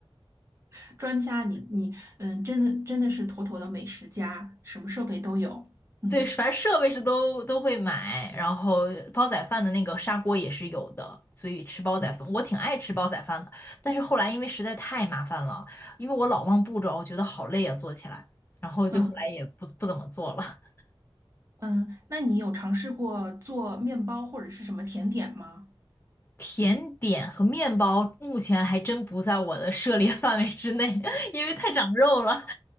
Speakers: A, on the right; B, on the left.
A: <laughs> 专家你，你嗯，真的真的是妥妥的美食家，什么设备都有。
B: <laughs>
A: 嗯
B: 对，反正设备是都都会买，然后煲仔饭的那个砂锅也是有的，所以吃煲仔饭，我挺爱吃煲仔饭的，但是后来因为实在太麻烦了，因为我老忘步骤，哦我觉得好累啊，做起来，然后就后来也不不怎么做了。
A: 嗯。嗯，那你有尝试过做面包或者是什么甜点吗？
B: 甜点和面包目前还真不在我的涉猎 <laughs> 范围之内，<laughs> 因为太长肉了。